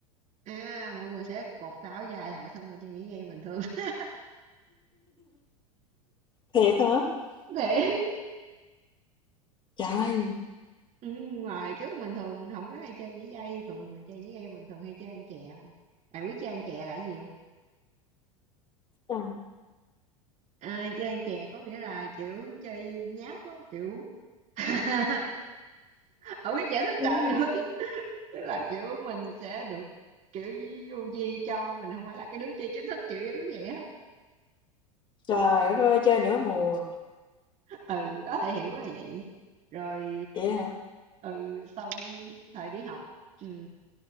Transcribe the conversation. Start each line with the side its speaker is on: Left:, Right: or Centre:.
Right: À, mọi người sẽ cột tà áo dài lại xong rồi chơi nhảy dây bình thường. <laughs>
Left: Thiệt hả
Right: Để
Left: trời ơi,
Right: ừ, ngoài trước mình thường không có hay chơi nhảy dây, thường mình chơi nhảy dây mình thường hay chơi ăn chè không. à? Bạn biết chơi ăn chè là cái gì không?
Left: là
Right: À, chơi ăn chè có nghĩa là kiểu chơi nháp á, kiểu <laughs> không biết giải thích
Left: Ừm.
Right: sao nữa. <laughs> Tức là kiểu mình sẽ được kiểu du di cho mình không phải là cái đứa chơi chính thức kiểu giống vậy hết.
Left: Trời đất ơi, chơi nửa mùa,
Right: Ừ, có thể hiểu là vậy. Rồi
Left: vậy hả?
Right: ừ sau thời đi học ừ